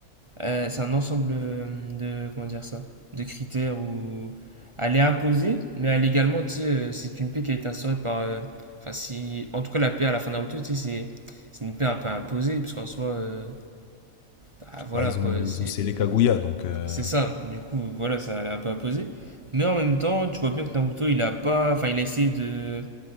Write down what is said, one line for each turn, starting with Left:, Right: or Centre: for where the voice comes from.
Right: euh, c'est un ensemble euh, de, comment dire ça, de critères où elle est imposée, mais elle est également, tu sais, euh, c'est une paix qui a été instaurée par, euh, enfin, si, en tout cas, la paix à la fin de Naruto, tu sais, c'est, c'est une paix un peu imposée, puisqu'en soi, euh, bah, voilà,
Left: Bah ils
Right: quoi,
Left: ont, ils
Right: c'est,
Left: ont scellé Kaguya, donc euh,
Right: c'est ça, du coup, voilà, ça, elle est un peu imposée, mais en même temps, tu vois bien que Naruto, il a pas, enfin, il a essayé de,